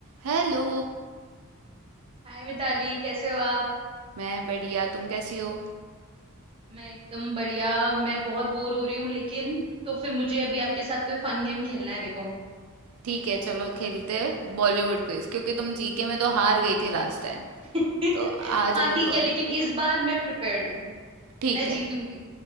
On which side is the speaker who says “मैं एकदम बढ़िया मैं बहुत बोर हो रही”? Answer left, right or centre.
Right